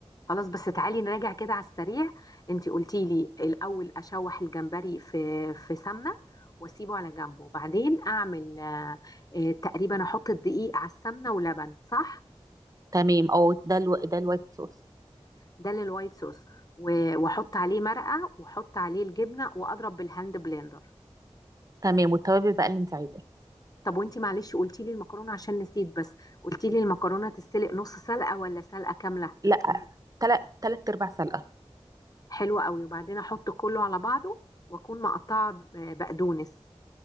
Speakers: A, on the left; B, on the right.
A: خلاص بس تعالي نراجع كده على السريع انتي قلتي لي الاول اشوح الجمبري في في سمنة واسيبه على جنبه بعدين اعمل آه آه تقريبا احط الدقيق على السمنة ولبن صح
B: تمام اه ده الو... ده الوايت صوص
A: ده للوايت صوص و- واحط عليه مرقه واحط عليه الجبنه واضرب بالهاند بلندر
B: تمام والتوابل بقى اللي انت عايزاه
A: طب وانتي معلش قلتي لي المكرونه عشان نسيت بس قلتي لي المكرونه تتسلق نص سلقه ولا سلقه كامله
B: لا تلات تلات ارباع سلقه
A: حلوه قوي وبعدين احط كله على بعضه واكون مقطعه ب- بقدونس